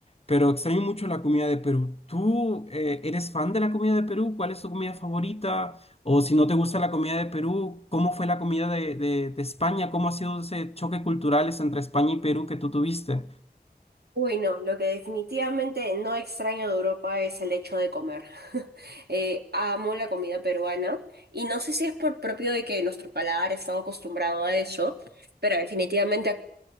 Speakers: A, on the left; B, on the right.
A: pero extraño mucho la comida de Perú. ¿Tú eh, eres fan de la comida de Perú? ¿Cuál es tu comida favorita? O si no te gusta la comida de Perú, ¿cómo fue la comida de, de, de España? ¿Cómo ha sido ese choque cultural entre España y Perú que tú tuviste?
B: Uy, no, lo que definitivamente no extraño de Europa es el hecho de comer. <laughs> Eh, amo la comida peruana y no sé si es por propio de que nuestro paladar está acostumbrado a eso, pero definitivamente